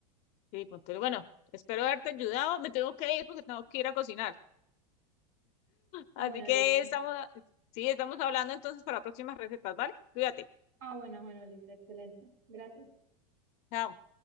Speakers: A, on the left; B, on the right.
A: Sí, pues, pero bueno, espero haberte ayudado. Me tengo que ir porque tengo que ir a cocinar.
B: Ah,
A: Así
B: bueno,
A: que
B: listo.
A: estamos, sí, estamos hablando entonces para próximas recetas, ¿vale? Cuídate.
B: Ah, bueno, bueno, listo, excelente. Gracias.
A: Chao.